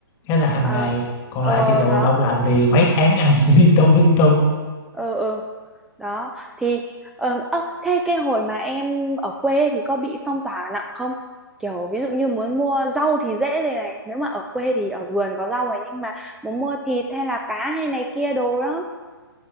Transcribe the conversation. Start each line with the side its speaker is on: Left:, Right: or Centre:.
Left: khá là hàng
Centre: ờ
Left: ngày còn
Centre: ờ
Left: lại thì đồ
Centre: đó
Left: đông lạnh thì mấy tháng ăn <laughs> liên tục liên tục
Centre: ờ ờ đó thì ờ ơ, thế cái hồi mà em ở quê ấy thì có bị phong tỏa nặng không kiểu ví dụ như muốn mua rau thì dễ rồi này nếu mà ở quê thì ở vườn có rau này nhưng mà muốn mua thịt hay là cá hay này kia đồ đó